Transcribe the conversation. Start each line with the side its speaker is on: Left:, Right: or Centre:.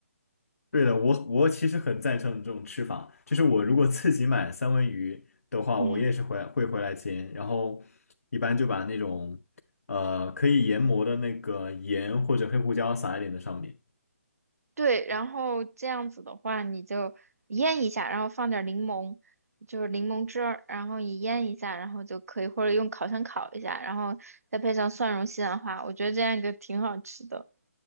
Left: 对的，我我其实很赞成这种吃法，就是我如果自己买三文鱼的话，
Right: 嗯。
Left: 我也是回来会回来煎，然后一般就把那种呃可以研磨的那个盐或者黑胡椒撒一点在上面。
Right: 对，然后这样子的话，你就腌一下，然后放点儿柠檬，就是柠檬汁儿，然后你腌一下，然后就可以，或者用烤箱烤一下，然后再配上蒜蓉西兰花，我觉得这样就挺好吃的。